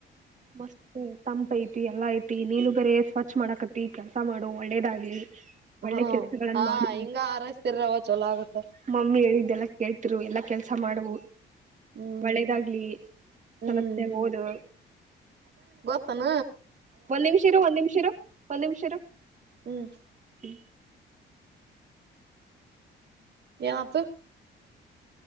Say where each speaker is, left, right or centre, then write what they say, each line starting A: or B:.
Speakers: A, on the right; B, on the right.
A: ಮಸ್ತ್ ತಂಪ ಐತಿ ತಿ ಎಲ್ಲಾ ಐತಿ ನೀನು ಬರೇ ಸ್ವಚ್ಛ ಮಾಡಕತಿ ಕೆಲ್ಸಾ ಮಾಡು ಒಳ್ಳೇದಾಗ್ಲಿ ಒಳ್ಳೆ
B: ಹ್ಮ
A: ಕೆಲ್ಸಗಳನ್ನ
B: ಹಾ
A: ಮಾಡು
B: ಹಿಂಗ ಆರೈಸ್ತರವ ಚೋಲೋ ಆಗತ್ತ
A: ಮಮ್ಮಿ ಹೇಳಿದ್ದ ಎಲ್ಲಾ ಕೇಳ್ತಿರು ಎಲ್ಲಾ ಕೆಲ್ಸ ಮಾಡುವ
B: ಹ್ಮ್
A: ಒಳ್ಳೇದಾಗ್ಲಿ
B: ಹ್ಮ್
A: ಚೊಲೊತಾನೆಗ ಓದು
B: ಪ್ಪನ
A: ಒಂದ್ ನಿಮಿಷ ಇರು ಒಂದ್ ನಿಮಿಷರು ಒಂದ್ ನಿಮಿಷರು
B: ಹ್ಮ್
A: ಹಿ
B: ಏನ ಅತ್